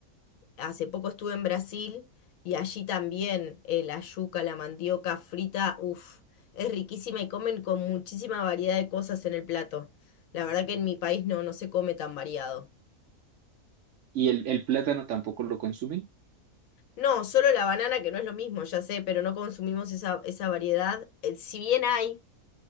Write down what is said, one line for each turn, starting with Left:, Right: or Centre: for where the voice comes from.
Left: hace poco estuve en Brasil y allí también eh, la yuca, la mandioca frita, uff, es riquísima y comen con muchísima variedad de cosas en el plato. La verdad que en mi país no, no se come tan variado.
Right: ¿Y el, el plátano tampoco lo consumen?
Left: No, solo la banana, que no es lo mismo, ya sé, pero no consumimos esa, esa variedad. Eh, si bien hay,